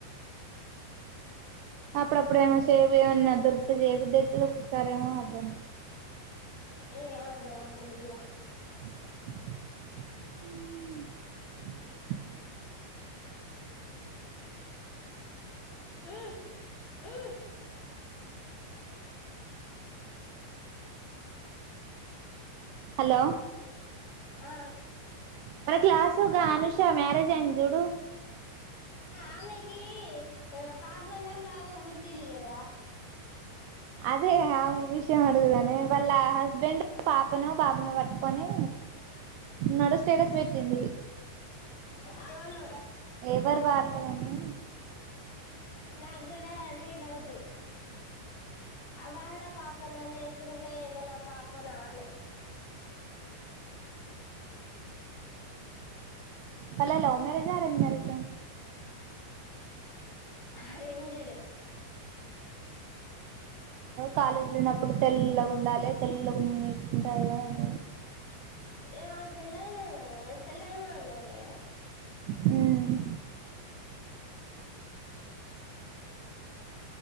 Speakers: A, on the right; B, on the left.
A: అప్పుడప్పుడు ఏమో చెయ్ వే అనా దొరుకుతే చేయబుద్ధి అయితది ఒక్కొక్కసారి ఏమో వద్దం
B: హే ఏమి వద్దు ఆ లొల్లిలా
A: హ
B: మ్మ్ మ్మ్ అర్థం కాదా నీకు చెప్తే
A: హలో
B: ఆ
A: మన క్లాస్ ఉగా అనూషా మ్యారేజ్ అయింది చూడు
B: ఆమాకి పాపనా బాబో పుట్టిరు కదా
A: అదే అ వి ఏం ఆడదు గాని వాళ్ళ హస్బెండ్ పాపనో బాబునో పట్టుకొని నాడు స్టేటస్ పెట్టింది
B: అవును
A: ఎవరు వాళ్ళు అని
B: నాకు కూడా అదే డౌట్ వాళ్ళ పాపన లేకుండే ఎవలా పాపన అని
A: వాళ్లది లవ్ మ్యారేజ్ ఆరెంజ్ మ్యారేజా
B: అరేంజ్ డే
A: కాలేజీలో ఉన్నప్పుడు తెల్లగా ఉండాలే తెల్లగా ఉన్నోడినే చేసుకుంటా అది ఇది అనేది
B: ఆ తెల్లగానే ఉన్నారు తెల్లగానే ఉన్నారు ఇగా
A: మ్మ్